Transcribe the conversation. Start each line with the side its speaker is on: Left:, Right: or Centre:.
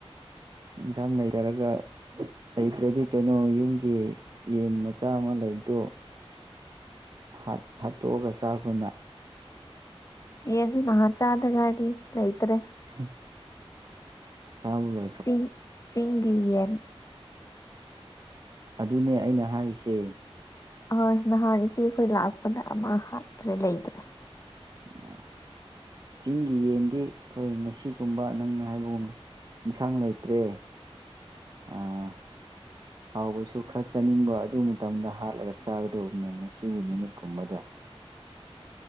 Right: ꯏꯟꯁꯥꯡ ꯅꯊꯔꯒ ꯂꯩꯇ꯭ꯔꯗꯤ ꯀꯩꯅꯣ ꯌꯨꯝꯒꯤ ꯌꯦꯟ ꯃꯆꯥ ꯑꯃ ꯂꯩꯕꯗꯣ ꯍꯠꯠ ꯍꯥꯠꯇꯣꯛꯑꯒ ꯆꯥꯛꯀꯨꯅ
Left: ꯑꯦꯁꯨ ꯅꯍꯥ ꯆꯥꯗꯒꯒꯥꯗꯤ ꯂꯩꯇ꯭ꯔꯦ
Right: ꯎꯝ ꯆꯥ ꯂꯣ
Left: ꯆ ꯆꯤꯒꯌꯟ
Right: ꯑꯗꯨꯅꯦ ꯑꯩꯅ ꯍꯥꯏꯔꯤꯁꯦ
Left: ꯑꯍꯣꯏ ꯅꯍꯥꯟ ꯏꯆꯦ ꯑꯩꯈꯣꯏ ꯂꯥꯛꯄꯅ ꯑꯃ ꯍꯥꯠꯈ꯭ꯔꯦ ꯂꯩꯗ꯭ꯔꯦ
Right: ꯑꯣ ꯆꯤꯡꯒꯤ ꯌꯦꯟꯗꯤ ꯑꯩꯈꯣꯏ ꯉꯁꯤꯒꯨꯝꯕ ꯅꯪꯅ ꯍꯥꯏꯕꯒꯨꯝꯅ ꯏꯟꯁꯥꯡ ꯂꯩꯇ꯭ꯔꯦ ꯑꯥ ꯍꯥꯎꯕꯁꯨ ꯈꯔ ꯆꯥꯅꯤꯡꯕ ꯑꯗꯨ ꯃꯇꯝꯗ ꯍꯥꯠꯂꯒ ꯆꯥꯒꯗꯧꯕꯅꯦ ꯉꯁꯤꯒꯤ ꯅꯨꯃꯤꯠꯀꯨꯝꯕꯗ